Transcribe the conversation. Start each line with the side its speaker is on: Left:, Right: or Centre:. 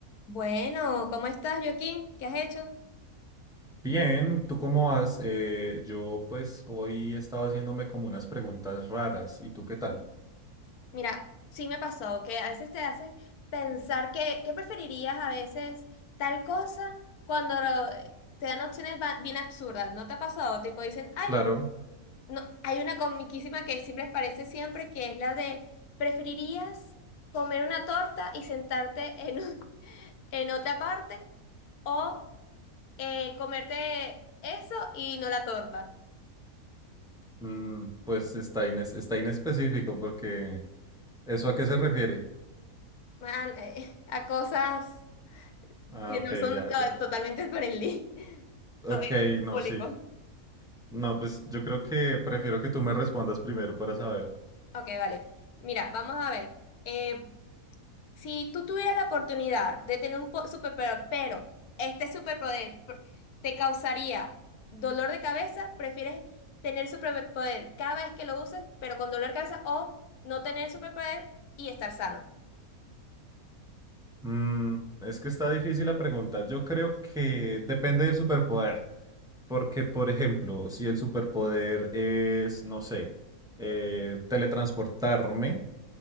Left: Bueno, ¿cómo estás, Joaquín? ¿Qué has hecho?
Centre: Bien, ¿tú cómo vas? Eh, yo pues hoy he estado haciéndome como unas preguntas raras. ¿Y tú qué tal?
Left: Mira, sí me ha pasado que a veces te haces pensar que, ¿qué preferirías a veces tal cosa cuando lo- te dan opciones ba- bien absurdas? ¿No te ha pasado? Tipo dicen, ay,
Centre: Claro,
Left: no, hay una comiquísima que siempre aparece siempre que es la de ¿preferirías comer una torta y sentarte en, un- <laughs> en otra parte o eh, comerte eso y no la torta?
Centre: mm, pues está ines- está inespecífico porque ¿eso a qué se refiere?
Left: Man, eh, a cosas
Centre: Ah,
Left: que
Centre: ok,
Left: no son
Centre: ya,
Left: to-
Centre: ya.
Left: totalmente friendly, <laughs>
Centre: Ok,
Left: todo es
Centre: no,
Left: público.
Centre: sí. No, pues yo creo que prefiero que tú me respondas primero para saber.
Left: Ok, vale. Mira, vamos a ver. Eh, si tú tuvieras la oportunidad de tener un po- superpoder, pero este superpoder pr- te causaría dolor de cabeza, ¿prefieres tener superpoder cada vez que lo uses, pero con dolor de cabeza, o no tener superpoder y estar sano?
Centre: Mm, es que está difícil la pregunta. Yo creo que depende del superpoder. Porque, por ejemplo, si el superpoder es, no sé, eh, teletransportarme.